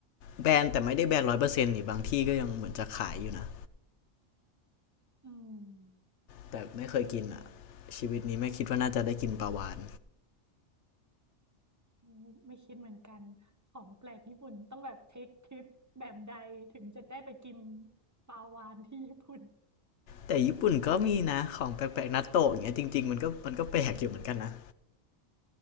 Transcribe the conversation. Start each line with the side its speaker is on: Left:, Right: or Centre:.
Left: แบนแต่ไม่ได้แบนร้อยเปอร์เซ็นต์นี่บางที่ก็ยังเหมือนจะขายอยู่นะ
Right: อืม
Left: แต่ไม่เคยกินอะ
Right: ไม่
Left: ชีวิตนี้ไม่คิดว่าน่าจะได้กินปลาวาน
Right: ไม่ไม่คิดเหมือนกันของแปลกญี่ปุ่นต้องแบบเทคทริปแบบใดถึงจะได้ไปกินปลาวาฬที่ญี่ปุ่น
Left: แต่ญี่ปุ่นก็มีนะของแปลกๆนัตโตะอย่างเงี้ยจริงๆมันก็มันก็แปลกอยู่เหมือนกันนะ